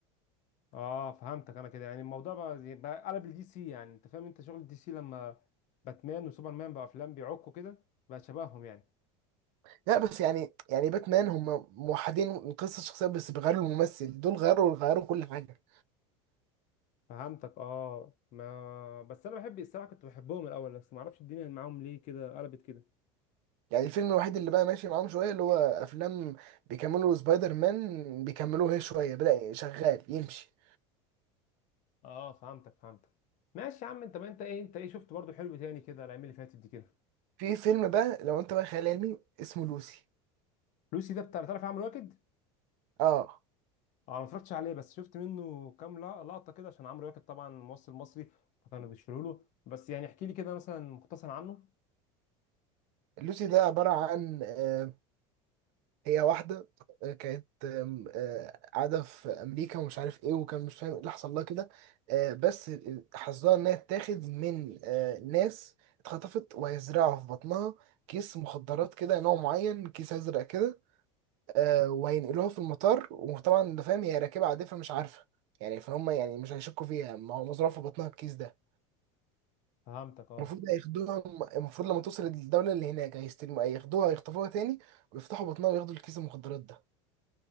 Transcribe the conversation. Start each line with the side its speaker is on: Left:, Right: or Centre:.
Left: اه فهمتك انا كده يعني الموضوع بقى زي- بقى قلب الدي سي يعني انت فاهم انت شغل الدي سي لما باتمان وسوبرمان بقى افلام بيعكوا كده بقى شبههم يعني
Right: لا بس يعني يعني باتمان هم موحدين قصه الشخصيات بس بيغيروا الممثل دول غيروا غيروا كل حاجه
Left: فهمتك اه ما بس انا بحب الصراحه كنت بحبهم الاول بس ما اعرفش الدنيا معاهم ليه كده قلبت كده
Right: يعني الفيلم الوحيد اللي بقى ماشي معاهم شويه اللي هو افلام بيكملوا سبايدر مان بيكملوه هي شويه بدأ شغال يمشي
Left: اه فهمتك فهمتك ماشي يا عم انت ما انت ايه انت ايه شفت برضو حلو تاني كده الايام اللي فاتت دي كده
Right: في فيلم بقى لو انت بقى خيال علمي اسمه لوسي
Left: لوسي ده بتاع تعرف عمرو واكد
Right: اه
Left: اه انا ما اتفرجتش عليه بس شفت منه كام لا- لقطه كده عشان عمرو واكد طبعا ممثل مصري فكانوا بيشيلوا له بس يعني احكي لي كده مثلا مختصر عنه
Right: لوسي ده عباره عن آه، هي واحدة آه، كانت آم، آه، قاعدة في أمريكا ومش عارف إيه وكان مش فاهم إيه اللي حصل لها كده آه، بس حظها إنها تاخد من آه، ناس اتخطفت وهيزرعوا في بطنها كيس مخدرات كده نوع معين كيس أزرق كده آه، وهينقلوها في المطار وطبعا أنت فاهم هي راكبة عادية فمش عارفة يعني فهم يعني مش هيشكوا فيها ما هو مزروع في بطنها الكيس ده
Left: فهمتك اه
Right: المفروض هياخدوها المفروض لما توصل الدولة اللي هناك هيستلموا هياخدوها هيخطفوها تاني ويفتحوا بطنها وياخدوا الكيس المخدرات ده